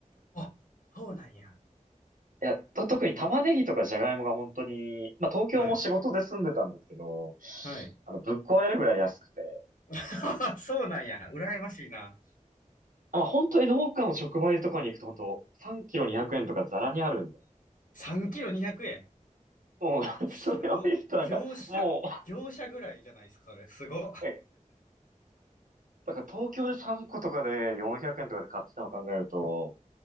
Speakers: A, on the left (about 80°); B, on the right (about 85°).
A: あ、そうなんや。
B: いや、と、特に玉ねぎとかじゃがいもが本当に、まあ東京も仕事で住んでたんですけど、
A: はい。はい。
B: あの、ぶっ壊れるぐらい安くて、
A: <laughs>
B: あの、
A: そうなんや。羨ましいな。
B: まあ本当に農家の直売とかに行くと本当3キロ200円とかザラにあるんで、
A: 3キロ200円。
B: もう、<laughs>
A: すごい。
B: それを見るとなんか、
A: 業者、
B: も
A: 業者ぐらいじゃないですか、それ。すごい。
B: う、えなんか東京で3個とかで400円とかで買ってたのを考えると、